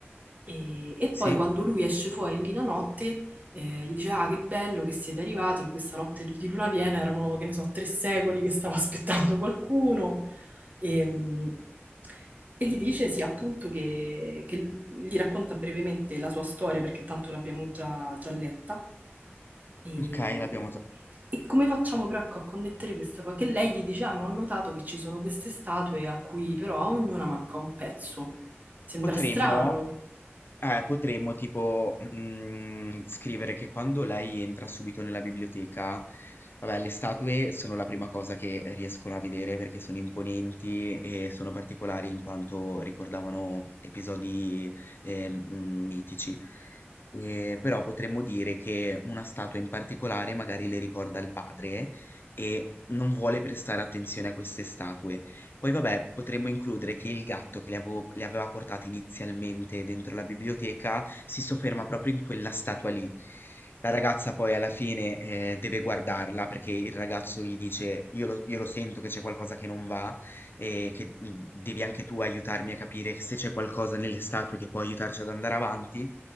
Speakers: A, on the right; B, on the left.
A: e, e
B: Sì?
A: poi quando lui esce fuori lì la notte eh, gli dice ah che bello che siete arrivati in questa notte di luna piena, erano che ne so tre secoli che stavo <laughs> aspettando qualcuno e, mh, e gli dice sì appunto che, che gli racconta brevemente la sua storia perché tanto l'abbiamo già, già letta e,
B: Okay, l'abbiamo già.
A: e come facciamo però ecco, a connettere questa cosa? Che lei gli dice, ah, ma ho notato che ci sono queste statue a cui però a ognuna manca un pezzo. Sembra
B: Potremmo
A: strano.
B: Eh, potremmo tipo, mhmm, scrivere che quando lei entra subito nella biblioteca vabbè, le statue sono la prima cosa che riescono a vedere perché sono imponenti e sono particolari in quanto ricordavano episodi, ehm, mhmm, mitici. Ehm, però potremmo dire che una statua in particolare magari le ricorda il padre e non vuole prestare attenzione a queste statue. Poi vabbè, potremmo includere che il gatto che le avevo le aveva portate inizialmente dentro la biblioteca, si sofferma proprio in quella statua lì. La ragazza poi alla fine, ehm, deve guardarla perché il ragazzo gli dice: "Io lo io lo sento che c'è qualcosa che non va e che, mhmm, devi anche tu aiutarmi a capire se c'è qualcosa nelle statue che può aiutarci ad andare avanti."